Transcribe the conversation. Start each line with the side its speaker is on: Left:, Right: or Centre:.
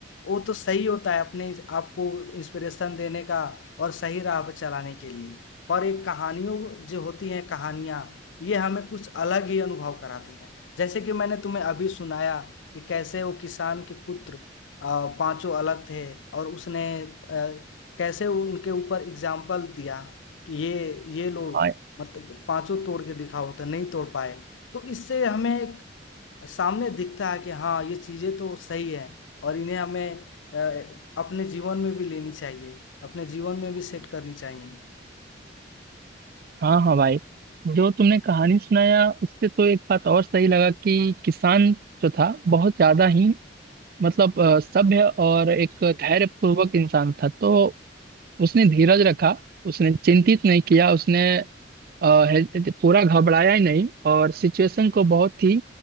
Left: वो तो सही होता है अपने इस- आपको इंस्पिरेशन देने का और सही राह पर चलाने के लिए पर एक कहानियों जो होती हैं कहानियाँ ये हमें कुछ अलग ही अनुभव कराती हैं जैसे कि मैंने तुम्हें अभी सुनाया कि कैसे वो किसान के पुत्र अ, पांचों अलग थे और उसने अ, कैसे उनके ऊपर एग्जाम्पल दिया कि ये ये लोग
Right: हाँ
Left: मतलब पांचों तोड़ के दिखाओ तो नहीं तोड़ पाए तो इससे हमें एक सामने दिखता है कि हाँ ये चीजें तो सही है और इन्हें हमें अ, अपने जीवन में भी लेनी चाहिए अपने जीवन में भी सेट करनी चाहिए
Right: हाँ हाँ भाई जो तुमने कहानी सुनाया उससे तो एक बात और सही लगा कि किसान जो था बहुत ज्यादा ही मतलब अ, सभ्य और एक धैर्यपूर्वक इंसान था तो उसने धीरज रखा उसने चिंतित नहीं किया उसने अ, हे- पूरा घबराया ही नहीं और सिचुएशन को बहुत ही